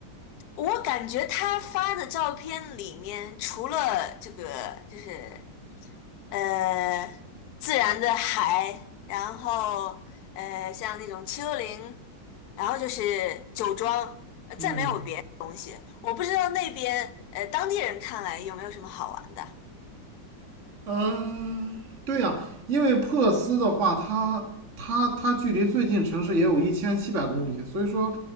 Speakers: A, on the left (about 60°); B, on the right (about 40°).
A: 我感觉他发的照片里面，除了这个就是呃自然的海，然后呃像那种丘陵，然后就是酒庄，呃再没有别。
B: 嗯，
A: 我不知道那边呃当地人看来有没有什么好玩的。
B: 呃，对呀、因为珀斯的话，它它它距离最近城市也有一千七百公里，所以说